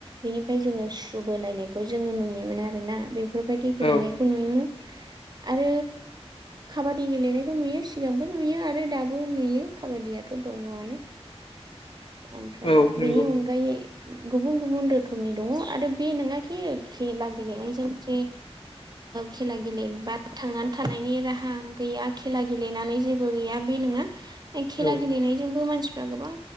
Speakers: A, on the right; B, on the left.
A: बेनि ओमफ्राय जोङो सु बोलायनायखौ जोङो नुयोमोन आर ना बेफोरबायदि गेलेनायखौ
B: औ
A: नुयोमोन आरो खाबादि गेलेनायखौ नुयो सिगांबो नुयो आरो दाबो नुयो खाबादियाथ' दङआनो ओमफ्राय
B: औ नंगौ
A: बेनि अनगायै गुबुन गुबुन रोख रोखोमनि दङ आरो बे नङााखि खेला गेलेनायजों जे खेला गेलेबा थांनानै थानायनि राहा गैया खेला गेलेनानै जेबो गैया बे नङा खेला
B: औ
A: गेलेनायजोंबो मानसिफ्रा गोबां